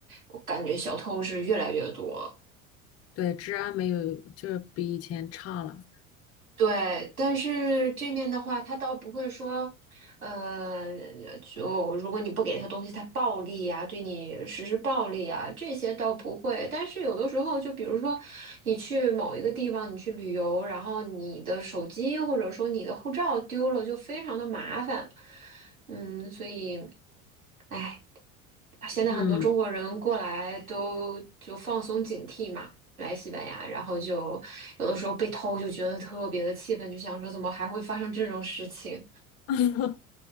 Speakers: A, on the right (about 80°); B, on the left (about 35°).
A: 我感觉小偷是越来越多。
B: 对，治安没有，就是比以前差了，
A: 对，但是这面的话，他倒不会说，呃，就如果你不给他东西，他暴力呀、对你实施暴力啊，这些倒不会。但是有的时候，就比如说你去某一个地方，你去旅游，然后你的手机或者说你的护照丢了，就非常的麻烦。嗯，所以，哎，现在很多中国人过来都就放松警惕嘛。
B: 嗯。
A: 来西班牙，然后就有的时候被偷，就觉得特别的气愤，就想说怎么还会发生这种事情？
B: <laughs>